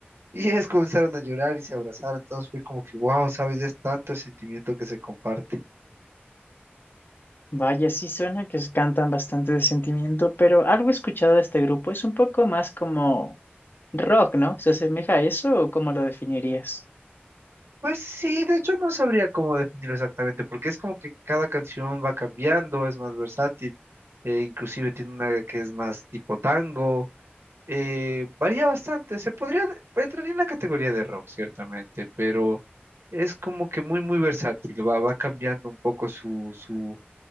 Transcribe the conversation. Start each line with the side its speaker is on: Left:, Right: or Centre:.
Right: y ellos comenzaron a llorar y se abrazaron. Entonces fue como que, wow, ¿sabes? Es tanto el sentimiento que se comparte.
Left: Vaya, sí suena que es- cantan bastante de sentimiento, pero algo he escuchado de este grupo es un poco más como rock, ¿no? ¿Se asemeja a eso o cómo lo definirías?
Right: Pues sí, de hecho no sabría cómo definirlo exactamente, porque es como que cada canción va cambiando, es más versátil, eh, inclusive tiene una que es más tipo tango, eh, varía bastante. Se podría, entraría en la categoría de rock, ciertamente, pero es como que muy, muy versátil. Va, va cambiando un poco su, su,